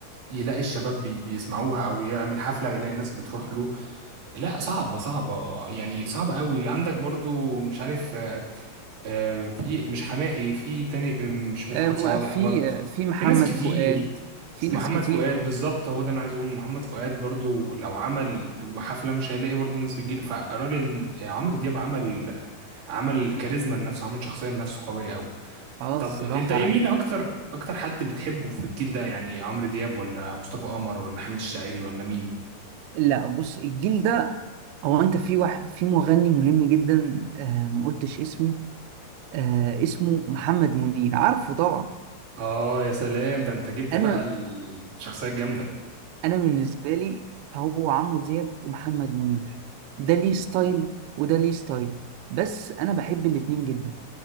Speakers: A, on the right (about 45°); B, on the right (about 80°).
A: يلاقي الشباب بي... بيسمعوها او يعمل حفله ويلاقي الناس بتروح له لا صعبه صعبه يعني صعبه قوي عندك برضو مش عارف آه، آه، في مش حماقي في تاني آه، مش مدحت
B: آه، م-
A: صالح
B: في
A: برضه
B: آه، في محمد
A: في ناس كتير
B: فؤاد في
A: في
B: ناس
A: محمد
B: كتير
A: فؤاد
B: اه
A: بالظبط هو ده انا عايز اقول محمد فؤاد برضه لو عمل حفله مش هيلاقي برضه الناس بتجيله فالراجل آه، عمرو دياب عمل عمل كاريزما لنفسه عمل شخصيه لنفسه قويه قوي
B: آه،
A: طب
B: الصراحة
A: انت ايه مين اكتر اكتر حد بتحبه في الجيل ده يعني عمرو دياب ولا مصطفى قمر ولا حميد الشاعري ولا مين
B: لا بص الجيل ده هو انت في واحد في مغني مهم جدا آه ما قلتش اسمه آه اسمه محمد منير عارفه طبعا
A: اه يا سلام ده انت جبت
B: انا
A: بقى الشخصيه الجامده
B: انا بالنسبة لي هو عمرو دياب ومحمد منير ده ليه ستايل وده ليه ستايل بس انا بحب الاتنين جدا